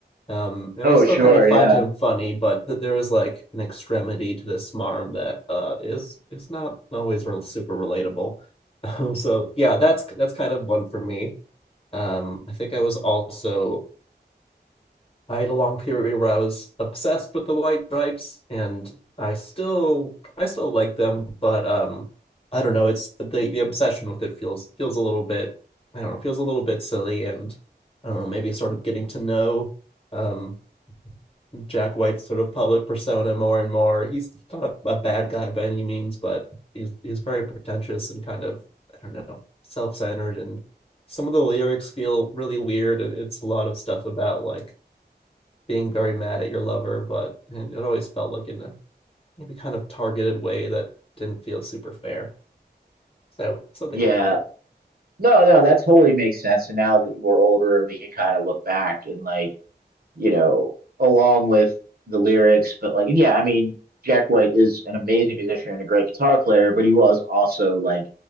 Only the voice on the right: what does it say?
Oh,
sure.
Yeah.
Yeah.
No, no, that totally makes sense. And now that we're older and we can kind of look back and like, you know, along with the lyrics. But like, yeah, I mean, Jack White is an amazing musician and a great guitar player, but he was also like